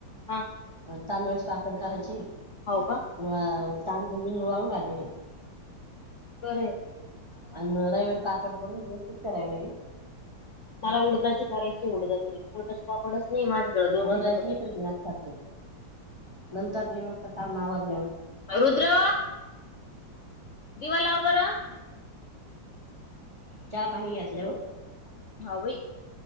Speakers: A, on the left; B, on the right.
A: हा
B: माये तांदळाचे पापड करायची ये.
A: हाव का
B: म तांदुल बिंदु वाळू घालीले.
A: बरं ये बई.
B: आन रविवारी पापड करून घेऊन पुडच्या रविवारी
A: मला उडदाचे करायचे उडदाचे उडदाचे पापडच नाही माझ्याकडे दोन
B: उडदाचे
A: वर्षापासून
B: मी <unintelligible> नंतर निवांत काम आवरल्यावर.
A: रुद्र दिवा लाव बरं.
B: चहा पाणी घेतल्यावर
A: हाव बाई.